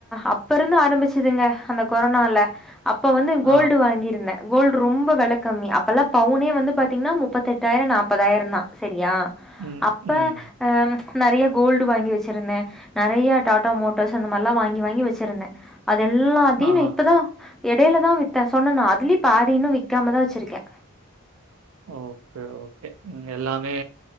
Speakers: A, in the centre; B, on the right.
A: அப்பருந்து ஆரம்பிச்சுதுங்க அந்த கொரோனால அப்போ வந்து
B: ஆ.
A: கோல்டு வாங்கியிருந்தே கோல்டு ரொம்ப வெல கம்மி அப்பெல்லா பவுனே வந்து பாத்தீங்கன்னா முப்பத்தெட்டாயிரொ நாப்பதாயிரந்தா சரியா
B: ம்,
A: அப்ப
B: ம்.
A: ஆ நெறைய கோல்டு வாங்கி வச் சுருந்த நெறையா டாட்டா மோட்டோர்ஸ் அந்த மார்லா வாங்கி வாங்கி வச்சிருந்தே அது எல்லாத்தையு
B: ஆஹா.
A: நா இப்பதா எடையிலதா வித்தே சொன்னனா அதுலே பாதி இன்னு விக்காமதா வச்சிருக்கே
B: ஓகே ஓகே ம் எல்லாமே